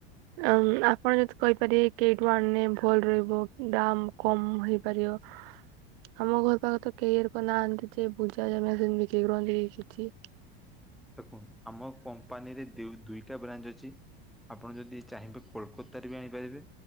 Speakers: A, on the right (about 70°); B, in the centre.
A: ଆମ୍ ଆପଣ ଯଦି କହିପାରିବେ କେଇଠୁ ଆଣିନେ ଭଲ ରହିବ ଦାମ କମ ହେଇପାରିବ। ଆମ ଘର ପାଖରେ ତ କେହିକ ନାହାନ୍ତି ଯେ ବୁଝାଯାଏ ସେମ୍ ବିକ୍ରି କରନ୍ତି କିଛି।
B: ଦେଖନ୍ତୁ ଆମ କମ୍ପାନୀରେ ଦିଉ-ଦୁଇଟା ବ୍ରାଞ୍ଚ ଅଛି। ଆପଣ ଯଦି ଚାହିଁବେ କୋଲକତାରେ ବି ଆଣିପାରିବେ